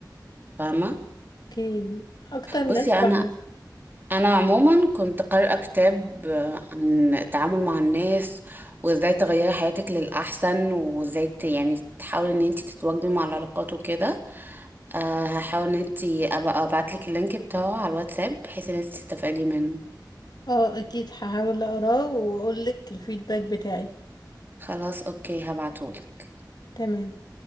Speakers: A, on the right; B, on the left.
A: فاهمة
B: اوكي اكتر ناس
A: بصي
B: بحس
A: أنا أنا عموما كنت قارئة كتاب آه، عن التعامل مع الناس وازاي تغيري حياتك للأحسن وازاي ت- يعني تحاولي ان انت تتواجدي مع العلاقات وكده أه هحاول ان انت ابقى ابعتلك اللينك بتاعه على الواتساب بحيث ان انت تستفادي منه
B: اه اكيد هحاول اقراه واقول لك الفيدباك بتاعي
A: خلاص اوكي هبعتهولك
B: تمام